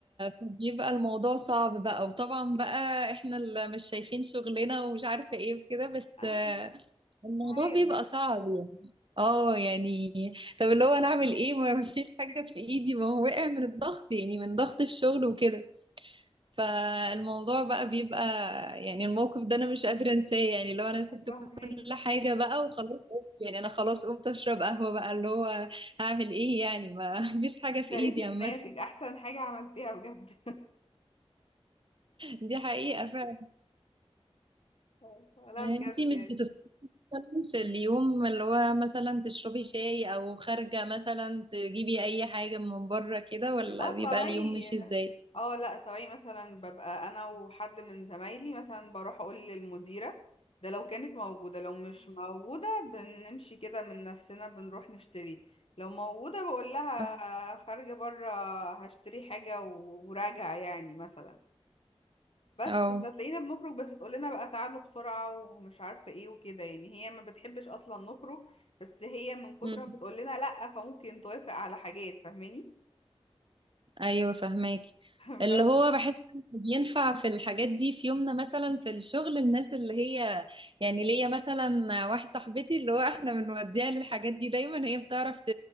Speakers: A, on the right; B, on the left.
A: فبيبقى الموضوع صعب بقى وطبعا بقى احنا اللي مش شايفين شغلنا ومش عارفة ايه وكده بس
B: عادي
A: آه، الموضوع
B: عادي
A: بيبقى صعب يعني. اه يعني طب اللي هو انا اعمل ايه ما فيش حاجه في ايدي ما هو وقع من الضغط يعني من ضغط الشغل وكده فالموضوع بقى بيبقى يعني الموقف ده انا مش قادره انساه يعني اللي هو انا سبت
B: فاهمك
A: كل حاجه بقى وخلاص قمت يعني انا خلاص قمت اشرب قهوه بقى اللي هو هعمل ايه يعني ما <laughs> فيش حاجه
B: اشتريتي
A: في ايدي عامه
B: دماغك احسن حاجة عملتيها بجد
A: دي حقيقه فعلا
B: <laughs> لا بجد
A: انتي مش بتفكري في اليوم اللي هو مثلا تشربي شاي او خارجه مثلا تجيبي اي حاجه من بره كده ولا
B: اه سواي
A: بيبقى اليوم ماشي ازاي
B: اه لا سواي مثلا ببقى انا وحد من زمايلي مثلا بروح اقول للمديرة ده لو كانت موجودة لو مش موجودة بنمشي كده من نفسنا بنروح نشتري لو موجودة بقول لها
A: اه
B: خارجة برا هشتري حاجة و- وراجع يعني مثلا بس
A: أه.
B: فتلاقينا بنخرج بس تقول لنا بقى تعالوا بسرعة ومش عارفة ايه وكده يعني هي ما بتحبش اصلا نخرج بس هي من كتر
A: أمم.
B: ما بتقول لنا لا فممكن توافق على حاجات فاهماني
A: ايوه فهماكي
B: <laughs>
A: اللي
B: بس
A: هو بحس إن بينفع في الحاجات دي في يومنا مثلا في الشغل الناس اللي هي يعني ليا مثلا واحده صاحبتي اللي هو احنا بنوديها للحاجات دي دايما هي بتعرف ت...